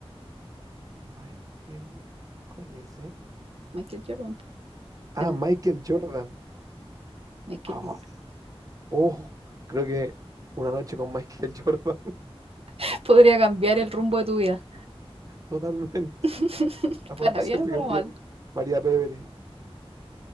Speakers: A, on the right; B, on the right.
A: Mike, ¿quién? ¿Cuál es, eh?
B: Michael Jordan, po,
A: Ah,
B: el
A: Michael Jordan.
B: Michael
A: Ah,
B: B.
A: oh, creo que una noche con Michael Jordan.
B: <laughs> Podría cambiar el
A: <laughs>
B: rumbo de tu vida.
A: Totalmente.
B: <laughs>
A: Aparte,
B: Para
A: siento
B: bien o para
A: que María,
B: mal.
A: María Pérez.